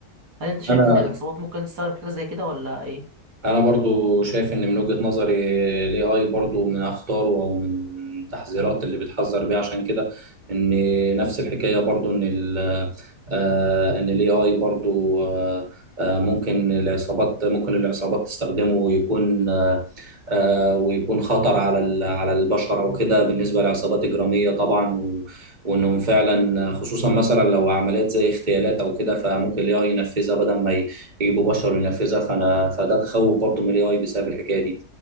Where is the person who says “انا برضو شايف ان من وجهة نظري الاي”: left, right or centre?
Right